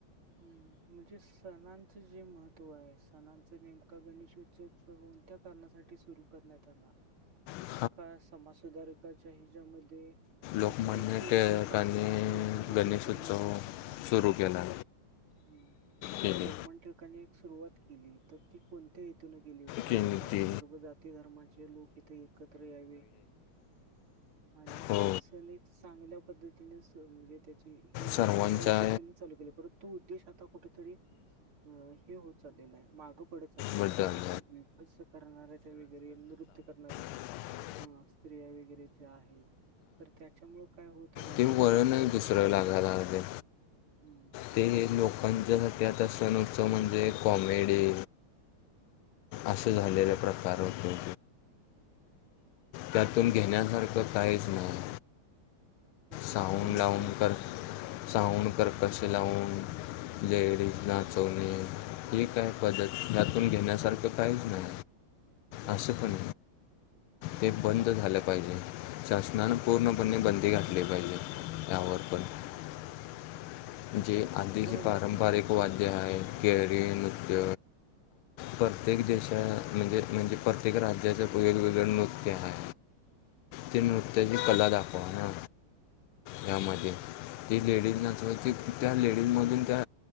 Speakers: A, on the right; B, on the left.
A: हम्म, म्हणजे सणांचं जे महत्त्व आहे, सणांच नेमका गणेश उत्सव म्हणून त्या कारणासाठी सुरू करण्यात आला.
B: हं <inaudible>
A: का समाज सुधारकाच्या हिज्यामध्ये
B: लोकमान्य
A: एक लोकोत्सव
B: टिळकाने
A: चांग लोकमान्य
B: गणेशोत्सव
A: टिळकांनी सु
B: सुरू केला.
A: हम्म,
B: केले
A: लोकमान्य टिळकांनी एक सुरुवात केली तर ती कोणत्या हेतूनं केली होती,
B: केली
A: बाबा
B: ती
A: सर्व जाती धर्माचे लोक इथे एकत्र यावे आणि
B: हो
A: सण एक चांगल्या पद्धतीनेच म्हणजे त्याचि हे व्हावी,
B: सर्वांच्या
A: ह्या उद्देशाने चालू केलं, परत तो उद्देश आता कुठेतरी, अं हे होत चाललेलाय, मागं पडत चाललेला
B: बद्दल
A: आहे, आणि आता विभत्स करणारं हे ते वगैरे नृत्य करणारं
B: हं <inaudible>
A: हां, स्त्रीया वगैरे ज्या आहेत, तर त्याच्यामुळे काय होत आहे
B: हे
A: की
B: वळणच दुसरं लागाय लागलय.
A: अहमं.
B: ते हे लोकांच्यासाठी आता सणउत्सव म्हणजे कॉमेडी. अस झालेलं
A: हम्म
B: प्रकार होते. त्यांतून घेण्यासारखं काहीच नाही.
A: तेच
B: साऊंड
A: सण
B: लावून
A: उत्सव
B: कर, साऊंड
A: हम्म
B: करकर्श लावून. लेडीज नाचवणे. ही काय पद्धत यातून, घेण्यासारखं काहीच नाही.
A: हम्म
B: अस पण ये
A: हम्म
B: बंद झालं पाहिजे, शासनान
A: हम्म
B: पूर्ण पूर्ण बंदी घातली पाहिजे.
A: हम्म
B: <unintelligible>
A: हम्म
B: जे आधी
A: बरोबर
B: जे पारंपारिक.
A: आहे
B: वाद्य हाय, केरळी नृत्य. प्रत्येक देशा म्हणजे, म्हणजे प्रत्येक राज्याचं वेगवेगळं नृत्य आहे. त्या नृत्याची कला दाखवा ना. त्यांमध्ये लेडीज नाचवायचे त्या, लेडीज मधून त्या.